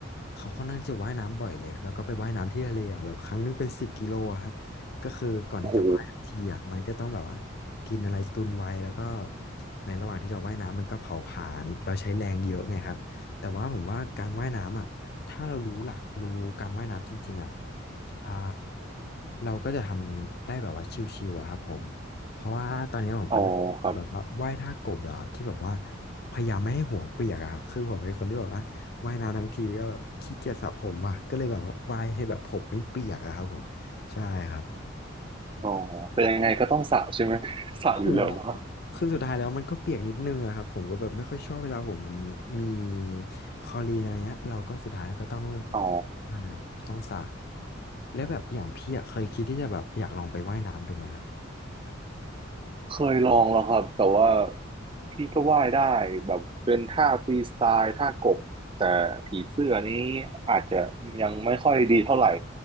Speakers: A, on the left (about 50°); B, on the right (about 25°).
A: เขาค่อนข้างจะว่ายน้ำบ่อยเลยแล้วก็ไปว่ายน้ำที่ทะเลอะแบบครั้งนึงเป็นสิบกิโลอะครับก็คือก่อนที่จะว่ายทีอะมันก็ต้องแบบว่า
B: โอ้โห
A: กินอะไรตุนไว้แล้วก็ในระหว่างที่เราว่ายน้ำมันก็เผาผลาญเราใช้แรงเยอะไงครับ แต่ว่าผมว่าการว่ายน้ำอ่ะ ถ้าเรารู้หลักรู้การว่ายน้ำจริงๆอ่ะอ่าเราก็จะทำได้แบบว่าชิวๆอะครับผม เพราะว่าตอนนี้ผมก็เริ่มฝึกแบบว่าว่ายท่ากบแล้วครับที่แบบว่า
B: อ๋อครับ
A: พยายามไม่ให้หัวเปียกอะครับ คือผมเป็นคนที่แบบว่าว่ายน้ำทั้งทีก็แบบขี้เกียจสระผมว่ะก็เลยแบบว่าว่ายให้แบบผมไม่เปียกอะครับผมใช่ครับ
B: อ๋อแต่ยังไงก็ต้องสระใช่ไหม <laughs> สระอยู่แล้วปะ
A: โอ้โหคือสุดท้ายแล้วมันก็เปียกนิดนึงอะครับผมก็แบบไม่ค่อยชอบเวลาผมมันมีคลอรีนอะไรเงี้ยเราก็สุดท้ายแล้วก็ต้อง
B: อ๋อ
A: ใช่ครับต้องสระ แล้วแบบอย่างพี่อะเคยคิดที่จะแบบอยากลองไปว่ายน้ำดูไหมครับ
B: เคยลองแล้วครับแต่ว่าพี่ก็ว่ายได้แบบเป็นท่าฟรีสไตล์ท่ากบแต่ผีเสื้อนี้อาจจะยังไม่ค่อยดีเท่าไหร่